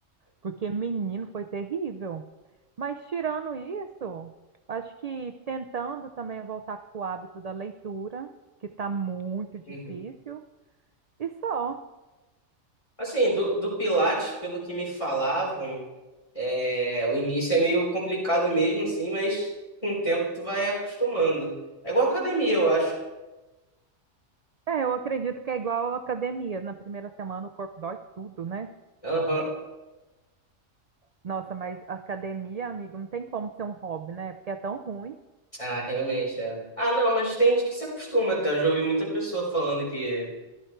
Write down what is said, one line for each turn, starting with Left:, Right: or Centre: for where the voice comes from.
Right: Porque menino foi terrível. Mas tirando isso, acho que tentando também voltar com o hábito da leitura, que tá muito difícil,
Left: Uhum.
Right: e só.
Left: Assim, do, do Pilates, pelo que me falavam, é, o início é meio complicado mesmo, sim, mas com o tempo tu vai acostumando. É igual academia, eu acho.
Right: É, eu acredito que é igual à academia. Na primeira semana o corpo dói tudo, né?
Left: Aham.
Right: Nossa, mas academia, amigo, não tem como ser um hobby, né? Porque é tão ruim.
Left: Ah, realmente, é. Ah, não, mas tem gente que se acostuma até. Eu já ouvi muita pessoa falando que,